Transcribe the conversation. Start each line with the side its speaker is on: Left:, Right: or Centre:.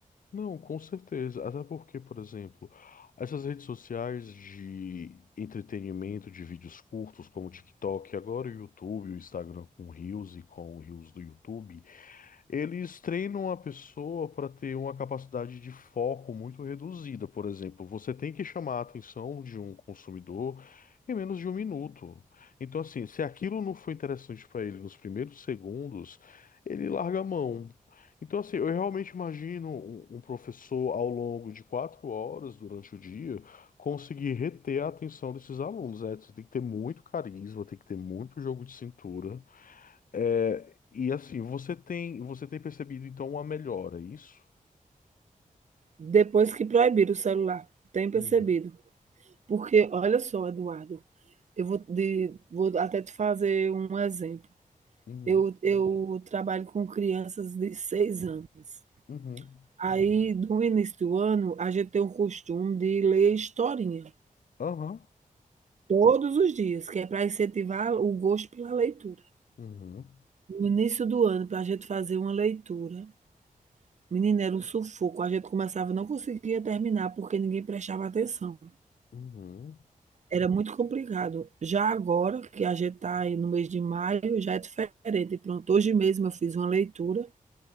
Left: Não, com certeza. Até porque, por exemplo, essas redes sociais de entretenimento, de vídeos curtos, como o TikTok, agora o YouTube, o Instagram com Reels e com o Reels do YouTube. Eles treinam a pessoa para ter uma capacidade de foco muito reduzida, por exemplo. Você tem que chamar a atenção de um consumidor em menos de um minuto. Então, assim, se aquilo não foi interessante para ele nos primeiros segundos, ele larga a mão. Então, assim, eu realmente imagino um um professor ao longo de quatro horas durante o dia conseguir reter a atenção desses alunos, né? Você tem que ter muito carisma, tem que ter muito jogo de cintura. É, e assim, você tem, você tem percebido então uma melhora, é isso?
Right: depois que proibiram o celular, tem
Left: Uhum,
Right: percebido. Porque olha só, Eduardo, eu vou, de, vou até te fazer um exemplo.
Left: uhum,
Right: Eu, eu trabalho com crianças de seis anos.
Left: uhum,
Right: Aí, no início do ano, a gente tem o costume de ler historinha
Left: aham,
Right: todos os dias, que é para incentivar o gosto pela leitura.
Left: uhum,
Right: No início do ano, para a gente fazer uma leitura Menina, era um sufoco. A gente começava e não conseguia terminar porque ninguém prestava atenção.
Left: uhum,
Right: Era muito complicado. Já agora, que a gente está aí no mês de maio, já é diferente. Pronto, hoje mesmo eu fiz uma leitura.